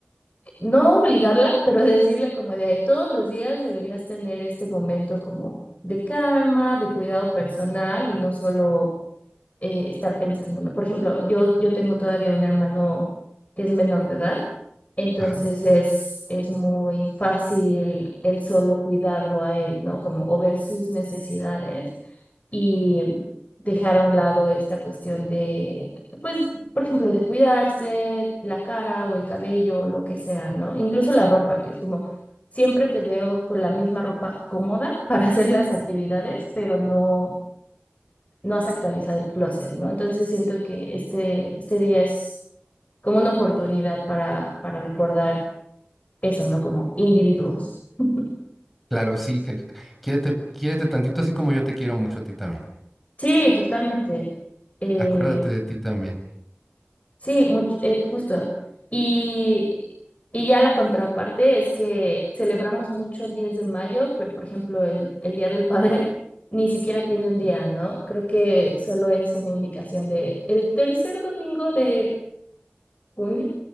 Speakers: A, on the left; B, in the centre.
A: no obligarla, pero <laughs> decirle como de todos los días deberías tener este momento como de calma, de cuidado personal y no solo eh, estar pensando, ¿no? Por ejemplo, yo, yo tengo todavía un hermano que es menor de edad, entonces
B: Ajá.
A: es, es muy fácil el solo cuidarlo a él, ¿no? Como o ver sus necesidades y dejar a un lado esta cuestión de, pues, por ejemplo, de cuidarse la cara o el cabello, o lo que sea, ¿no? Incluso la ropa, que es como, siempre te veo con la misma ropa cómoda <laughs> para hacer las actividades, pero no, no has actualizado el closet, ¿no? Entonces siento que este, este día es como una oportunidad para, para recordar eso, ¿no? Como individuos. <laughs>
B: Claro, sí, que, quiérete, quiérete tantito así como yo te quiero mucho a ti también.
A: Sí, totalmente. Eh,
B: Acuérdate de ti también.
A: Sí, mucho, eh, justo. Y, y ya la contraparte es que celebramos mucho el 10 de mayo, pero por ejemplo el, el Día del Padre ni siquiera tiene un día, ¿no? Creo que solo es una indicación de el tercer domingo de junio.